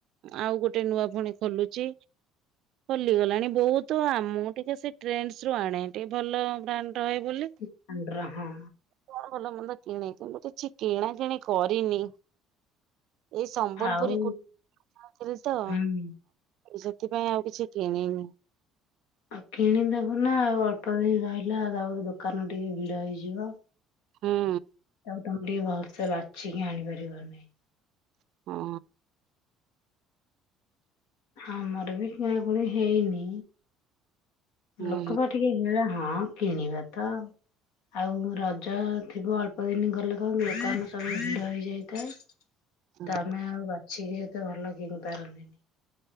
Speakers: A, on the right; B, on the left.
A: ଆଉ ଗୋ ଗୋଟେ ନୂଆ ପୁଣି ଖୋଲୁଚି ଲି ଗଲାଣି ବହୁତ ଆମ ଟିକେ ସେ ଟ୍ରେଣ୍ଡ ସ୍ ରୁ ଆଣେ ଟିକେ ଭଲ ବ୍ରାଣ୍ଡ ରହେ ବୋଲି
B: ବ୍ରାଣ୍ଡ ର ହଁ
A: କଣ ଭଲ ମନ୍ଦ କିଣେ କିନ୍ତୁ କିଛି କିଣା କିିଣି କରିନି ଏଇ ସମ୍ବଲପୁରି
B: ଆଉ
A: <unintelligible>
B: ହୁଁ।
A: ଆଉ ସେଥିପାଇଁ ଆଉ କିଛି କିଣିନି
B: ଆଉ କିଣିଦବ ନା ଆଉ ଅଳ୍ପ ଦିନ ରହିଲା ତାପରେ ଦୋକାନ ଟିକେ ଭିଡ ହେଇଯିବ।
A: ହୁଁ
B: <unintelligible> ଟିକେ ଭଲସେ ବାଛିିକି ଆଣିପାରିବନି
A: ହଁ
B: ଆମର ବି କିଣାକୁଣି ହେଇନି
A: ହୁଁ
B: ଲୋକ ବା ଟିକେ ଭିଡ଼ ହଁ କିଣିବା ତ ଆଉ ରଜ ଥିବ ଅଳ୍ପ ଦିନ ଗଲେ କଣ ଦୋକାନ ସବୁ ଭିଡ଼ ହେଇଯାଇଥାଏ
A: ହୁଁ
B: ତମେ ଆଉ ବା ଛି ଏତେ ଭଲ କିଣି ପାରନ୍ତିନି